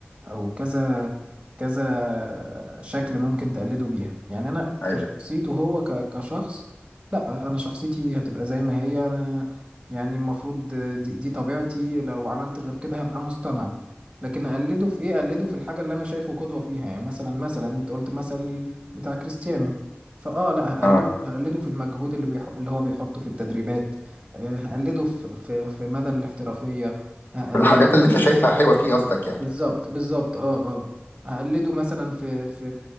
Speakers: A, on the right; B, on the left.
A: أو كذا كذا شكل ممكن تقلده بيها يعني أنا في
B: ايوه
A: شخصيته هو ك- كشخص لأ أنا شخصيتي هتبقى زي ما هي أنا يعني المفروض دي, دي طبيعتي لو عملت غير كده هبقى مصطنع لكن أقلده في إيه أقلده في الحاجة اللي أنا شايفه قدوة فيها يعني مثلا مثلا أنت قلت مثل بتاع كريستيانو فأه لأ هقلده
B: اه
A: هقلده في المجهود اللي بيح... اللي هو بيحطه في التدريبات آه، هقلده في في في مدى الاحترافية هقلده
B: الحاجات اللي أنت شايفها حلوة فيه قصدك يعني
A: بالظبط بالظبط اه اه هقلده مثلا في في